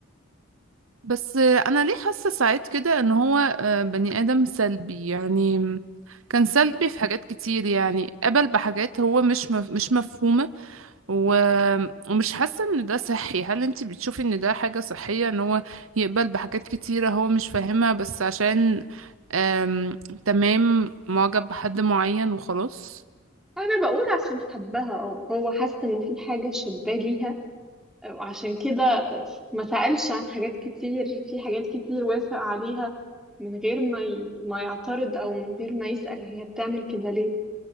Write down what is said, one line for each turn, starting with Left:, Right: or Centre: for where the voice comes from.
Right: بس انا ليه حاسه ساعات كده ان هو آه، بني ادم سلبي يعني كان سلبي في حاجات كتير يعني قبل بحاجات هو مش مف... مش مفهومه و... ومش حاسه ان ده صحي هل انت بتشوفي ان ده حاجه صحيه ان هو يقبل بحاجات كتيره هو مش فاهمها بس عشان آم... تمام معجب بحد معين وخلاص
Centre: انا بقول عشان حبها اه هو حس انه في حاجه شداه ليها وعشان كده ما سألش عن حاجات كتير في حاجات كتير وافق عليها من غير ما ي... ما يعترض او من غير ما يسأل هي بتعمل كده ليه